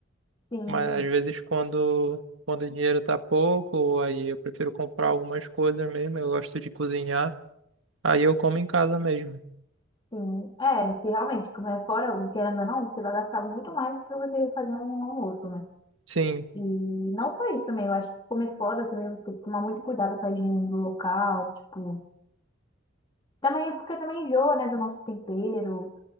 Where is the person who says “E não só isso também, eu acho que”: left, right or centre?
Left